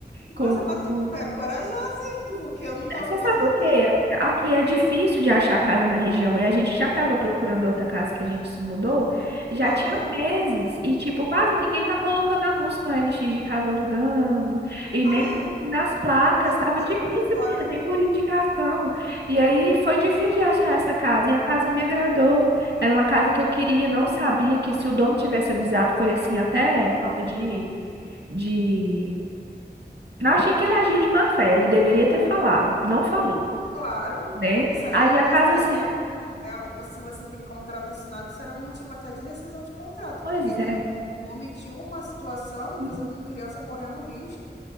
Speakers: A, on the left; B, on the right.
A: Nossa,
B: com,
A: mas tu
B: com
A: é corajosa, hein? <laughs> Porque eu não tava
B: Você
A: mais
B: sabe por
A: aí, não.
B: quê, amiga? Aqui é difícil de achar casa na região e a gente já estava procurando outra casa que a gente se mudou, já
A: Aham.
B: tinha meses e, tipo, quase ninguém tá colocando anúncio no OLX de casa alugando e
A: Ah,
B: nem
A: é?
B: assim, nas placas,
A: Eu, não-
B: tava
A: eu
B: difícil,
A: tô por fora.
B: menina, nem por indicação. E aí foi difícil de achar essa casa e a casa me agradou. Era uma casa que eu queria, não sabia que se o dono tivesse avisado, foi assim, até falta de, de... Não, achei que ele agiu de má fé, ele deveria ter falado, não falou
A: Claro,
B: né?
A: isso aí,
B: Aí a casa
A: isso aí
B: assim,
A: é um, é, você- se você tem contrato assinado, isso era um motivo até de rescisão de contrato,
B: pois
A: porque ele
B: é,
A: omitiu uma situação e
B: uhum,
A: você com criança correndo um risco,